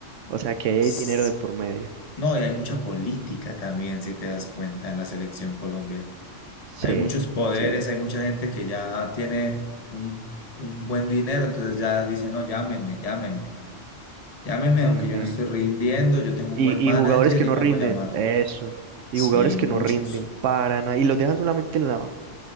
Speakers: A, on the right (about 75°); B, on the left (about 30°).
A: O sea, que ahí
B: S-
A: hay dinero de por medio.
B: No, y hay mucha política también, si te das cuenta, en la selección Colombia
A: Sí,
B: Hay muchos poderes,
A: sí.
B: hay mucha gente que ya tiene un, un buen dinero, entonces ya dice, no, llámenme, llámenme, llámenme,
A: Ujú.
B: aunque yo no estoy rindiendo, yo tengo
A: Y,
B: un buen manager
A: y jugadores que
B: y
A: no
B: me
A: rinden,
B: hago llamar.
A: eso.
B: Sí,
A: Y jugadores que
B: muchos
A: no rinden para nada. Y los dejan solamente en la